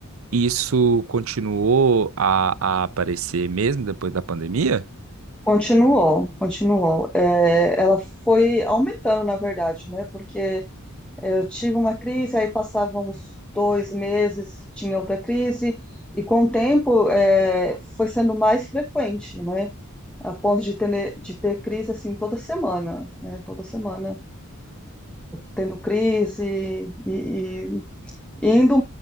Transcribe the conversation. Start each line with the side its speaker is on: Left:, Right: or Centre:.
Right: isso continuou a, a aparecer mesmo depois da pandemia?
Centre: Continuou, continuou. Eh, ela foi aumentando, na verdade, né? Porque eh, eu tive uma crise, aí passava uns dois meses, tinha outra crise, e com o tempo eh, foi sendo mais frequente, né? A ponto de ter, de ter crise assim toda semana, né? Toda semana tendo crise e, e- e indo